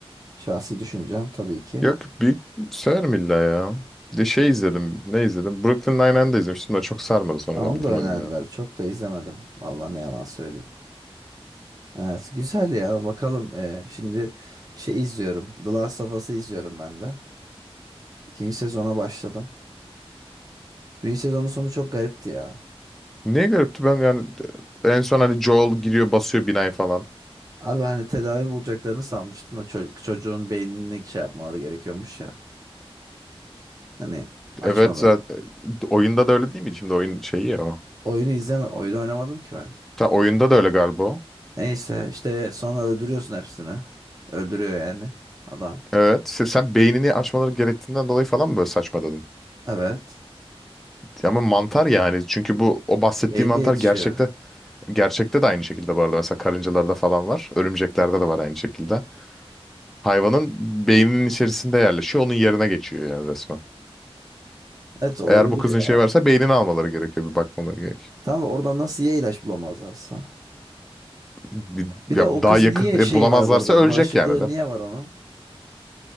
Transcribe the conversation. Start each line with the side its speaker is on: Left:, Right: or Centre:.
Right: Şahsi düşüncem tabii ki.
Centre: Yok büyük severim illa ya. Bir De şey izledim. Ne izledim? Brooklyn Nine-Nine'de izlemiştim de çok sarmadı sonradan
Right: Aa, onu
Centre: bitirmedim
Right: da önerdiler.
Centre: ya.
Right: Çok da izlemedim. Vallahi ne yalan söyleyeyim. Evet, güzel ya. Bakalım. Ee, şimdi şey izliyorum. The Last of Us'ı izliyorum ben de. İkinci sezona başladım. Birinci sezonun sonu çok garipti ya.
Centre: Niye garipti ben yani en son hani Joel giriyor basıyor binayı falan.
Right: Abi hani tedavi bulacaklarını sanmıştım da çocuk, çocuğun beynini şey yapmaları gerekiyormuş ya. Hani açmaları.
Centre: Evet zaten oyunda da öyle değil miydi? Şimdi oyun şeyi ya o.
Right: Oyunu izleme. Oyunu oynamadım ki ben.
Centre: Ta oyunda da öyle galiba. o.
Right: Neyse işte sonra öldürüyorsun hepsini. Öldürüyor yani adam.
Centre: Evet. Sen, sen beynini açmaları gerektiğinden dolayı falan mı böyle saçma dedin?
Right: Evet.
Centre: Ya Ama mantar yani. Çünkü bu o bahsettiğim
Right: Beyinde
Centre: mantar
Right: yetişiyor.
Centre: gerçekte gerçekte de aynı şekilde bu arada. Mesela karıncalarda falan var. Örümceklerde de var aynı şekilde. Hayvanın beyninin içerisinde yerleşiyor. Onun yerine geçiyor yani resmen.
Right: Evet olabilir
Centre: Eğer bu kızın
Right: ya.
Centre: şey varsa beynini almaları gerekiyor. Bir bakmaları gerekiyor.
Right: Tamam oradan nasıl ya ilaç bulamazlarsa.
Centre: Bir-
Right: Bir de
Centre: Ya
Right: o
Centre: daha
Right: kız
Centre: yakın
Right: niye şeyi
Centre: e, bulamazlarsa
Right: var bu arada?
Centre: ölecek
Right: Bağışıklığı
Centre: yani de.
Right: niye var onun?